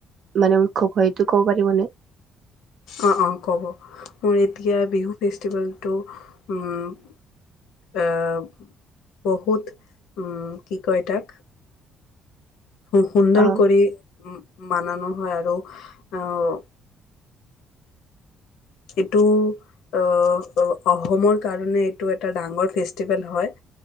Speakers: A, on the right (about 45°); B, on the left (about 75°).
A: মানে উৎসৱ হয় এইটো ক'ব পাৰিব নি?
B: অঁ', অঁ', ক'ব, মোৰ এতিয়া বিহু ফেষ্টিভেলটো উম' আহ বহুত উম, কি কয় তাক। সু-সুন্দৰ
A: অ
B: কৰি বানানো হয় আৰু আহ এইটো আহ, অসমৰ কাৰণে এইটো এটা ডাঙৰ ফেষ্টিভেল হয়।